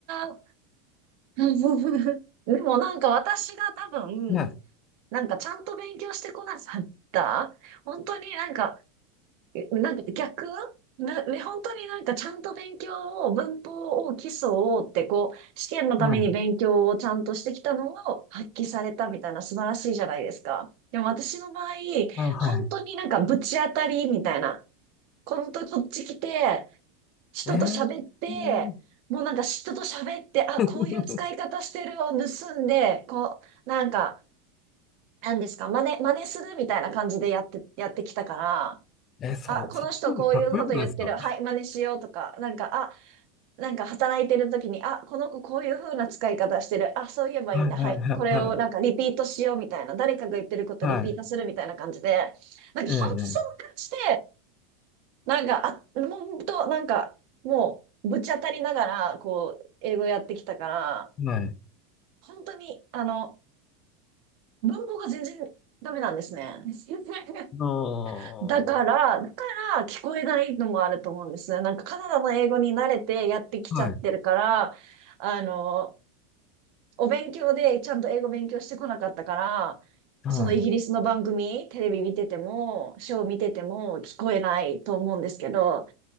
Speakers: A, on the right (about 60°); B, on the left (about 35°).
A: う。<laughs> でもなんか私が多分、
B: ね。
A: なんかちゃんと勉強してこなかった。本当になんか、えなんか逆な、ね、本当になんかちゃんと勉強を、文法を、基礎をってこう、試験のために勉強をちゃんとしてきたのを発揮されたみたいな素晴らしいじゃないですか。
B: はい。
A: でも私の場合、
B: あ、は
A: 本当になんかぶち当たりみたいな。本当こっち来て、人と喋って、
B: い。えー。
A: もうなんか人と喋って、あ、
B: <laughs>
A: こういう使い方してるを盗んで、こう、なんか、なんですか、真似、真似するみたいな感じでやって、やってきたから、
B: えー、そう、
A: あ、この人こういうこと言ってる、
B: そっちの方がかっこよくないですか
A: はい、真似しようとか、なんか、あ、なんか働いてる時に、あ、この子こういう風な使い方してる、あ、そういえばいいんだ、
B: はい。はい。
A: はい、
B: はい。
A: これをなんかリピートしようみたいな、
B: はい。
A: 誰かが言ってることリピートするみたいな感じで、
B: はい
A: なんか半端そんな感じで、
B: ええ。え
A: なんか、あ、ほんと、なんか、もう、ぶち当たりながら、こう、英語やってきたから、
B: えはい。
A: 本当に、あの、文法が全然ダメなんですね。<laughs>
B: ああ、は
A: だから、だから聞こえないのもあると思うんですね。なんかカナダの英語に慣れてやってきちゃってるから、
B: い、
A: あの、お勉強でちゃんと英語勉強してこなかったから、
B: はい。
A: そのイギリスの番組、テレビ見てても、ショー見てても聞こえないと思うんですけど、